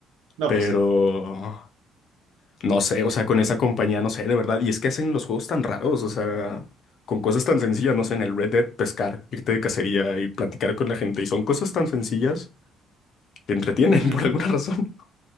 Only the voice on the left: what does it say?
Pero
no sé, o sea, con esa compañía, no sé, de verdad. Y es que hacen los juegos tan raros, o sea, con cosas tan sencillas, no sé, en el Red Dead pescar, irte de cacería y platicar con la gente. Y son cosas tan sencillas que entretienen
<laughs> por alguna razón.